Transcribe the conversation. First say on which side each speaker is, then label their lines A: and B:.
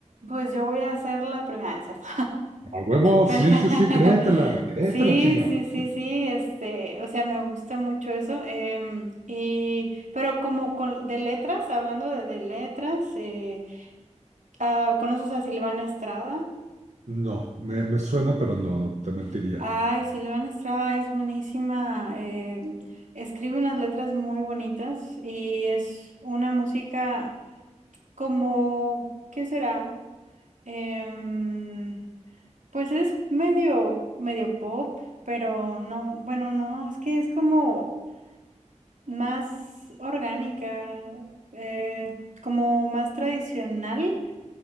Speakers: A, on the right; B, on the right.
A: pues yo voy a hacer la primera, ah, es ¿cierto?
B: A huevo,
A: <laughs> Pero-
B: sí, sí, sí, créetela,
A: <laughs>
B: créetela,
A: sí,
B: chingado.
A: sí, sí, sí, este, o sea, me gusta mucho eso. em, y, pero como con, de letras, hablando de, de letras, eh, ah, ¿conoces a Silvana Estrada?
B: No, me, me suena, pero no, te mentiría.
A: Ay, Silvana Estrada es buenísima. em, escribe unas letras muy bonitas y es una música. como, ¿qué será? Em, pues es medio, medio pop, pero no, bueno, no, es que es como más orgánica, eh, como más tradicional,